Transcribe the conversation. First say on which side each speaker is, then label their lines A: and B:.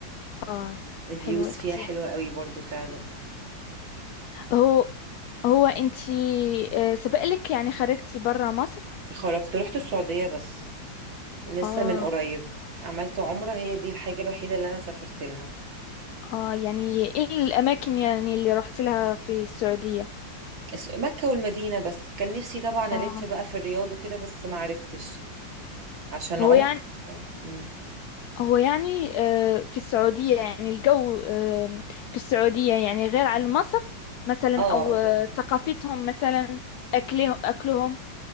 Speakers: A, on the left; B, on the right.
A: اه
B: الفيوز
A: حلو
B: فيها
A: كتير
B: حلوه قوي برضو فعلا
A: هو هو انتي آه، سبقلك يعني خرجتي برا مصر
B: خرجت رحت السعوديه بس لسه
A: اه
B: من قريب عملت عمره هي دي الحاجه الوحيده اللي انا سافرت لها
A: اه يعني ايه الاماكن يعني اللي رحت لها في السعودية
B: الس- مكة والمدينة بس كان نفسي طبعا ألف
A: اه
B: بقى في الرياض وكده بس ما عرفتش عشان
A: هو
B: عمري
A: يعني
B: مم.
A: هو يعني آه، في السعودية يعني الجو آه، في السعودية يعني غير عن مصر مثلا
B: اه
A: او آه، ثقافتهم مثلا اكله اكلهم